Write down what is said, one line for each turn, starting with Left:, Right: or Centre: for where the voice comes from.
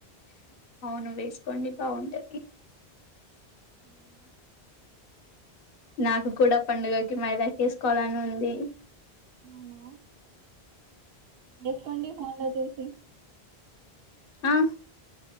Left: అవును వేసుకోండి బాగుంటది నాకు కూడా పండుగకి మైదాకిసుకోవాలని ఉంది
Right: అవునా వేసుకోండి ఫోన్ లో చూసి
Left: ఆ